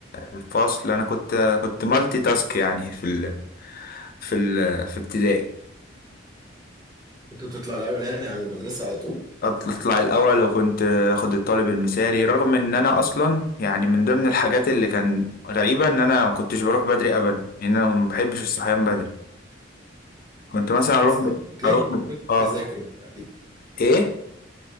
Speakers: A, on the left (about 50°); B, on the right (about 20°).
A: الفصل انا كنت كنت مالتي تاسك يعني في ال... في ال... في ابتدائي
B: كنت بتطلع الأول يعني على المدرسة على طول
A: اطلع الاول وكنت اخد الطالب المثالي رغم ان انا اصلا يعني من ضمن الحاجات اللي كان غريبه ان انا ما كنتش بروح بدري ابدا ان انا ما بحبش الصحيان بدري كنت مثلا اروح
B: أصلا
A: مت...
B: تلاقيك
A: اروح
B: كنت
A: مت...
B: بتقدر
A: اه
B: تذاكر بقى أكيد
A: ايه